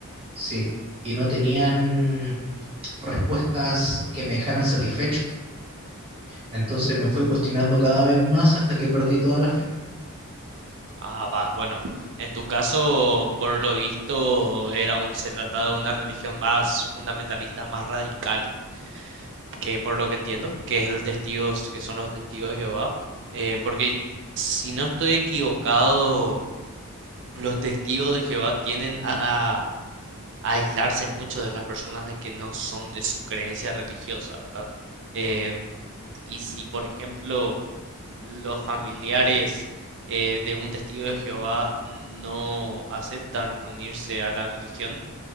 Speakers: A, on the right; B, on the right.
A: sí, y no tenían respuestas que me dejaran satisfecho. Entonces me fui cuestionando cada vez más hasta que perdí toda la fe.
B: Ah, va, bueno, en tu caso, por lo visto, era un, se trataba de una religión más fundamentalista, más radical que por lo que entiendo, que es el testigos, que son los testigos de Jehová, eh, porque si no estoy equivocado, los testigos de Jehová tienden a, a- a aislarse mucho de las personas de que no son de su creencia religiosa, ¿verdad? Em, y si, por ejemplo, los familiares eh, de un testigo de Jehová no aceptan unirse a la religión,